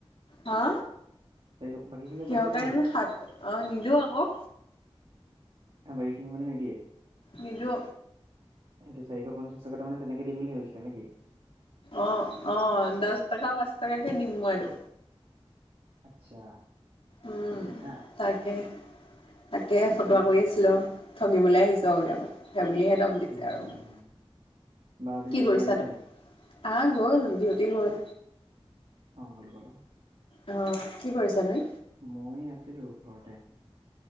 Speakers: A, on the left; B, on the right.
A: হা?
B: চাৰিশ। বাকীখিনি
A: কিহৰ
B: পইচা
A: কাৰণে
B: কি হ'ব
A: মানে সাত, অঁ নিদিওঁ আকৌ।
B: বাকীখিনি মানে নিদিয়ে?
A: নিদো।
B: এটো চাৰিশ পঞ্চাছ টকাটো মানে তেনেকে দিম বুলি ভাবিছিলা। নে -কি?
A: অ'। অ'। দছ টকা, পাঁচ টকাকে দিম মই আৰু।
B: আচ্ছা।
A: উম।
B: সেইটো কথা
A: তাকেহ। তাকে
B: ঠিকে
A: ফটোৱো
B: আছে
A: কৰি আছিলো। ঠগিবলৈ আহিছঁ বোলে মোক। সেইবুলিহে দম দিছে
B: উম
A: আৰু মোক।
B: বা আজি
A: কি
B: ডিউটি
A: কৰিছা
B: নাই যোৱা
A: তুমি?
B: নি
A: হা গ'ল। ডিউটি গ'ল।
B: অঁ গ'লো। গ'লো।
A: অ কি কৰিছা তুমি?
B: মই আছিলোঁ ঘৰতে।